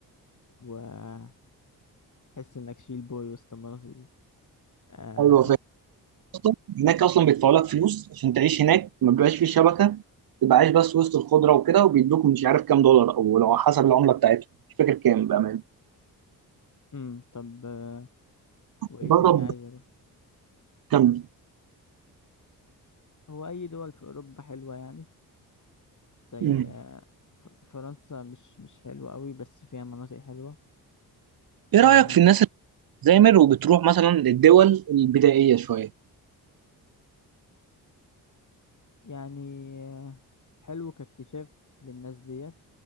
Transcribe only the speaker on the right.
او الوفاء اصلا هناك اصلا بيدفعوا لك فلوس عشان تعيش هناك ما بيبقاش فيه شبكه تبقى عايش بس وسط الخضره وكده وبيدوك مش عارف كام دولار او لو حسب العمله بتاعتهم مش فاكر كام بامان
بضرب
كام
مم.
ايه
رايك في الناس اللي بتزامر وبتروح مثلا للدول البدائيه شويه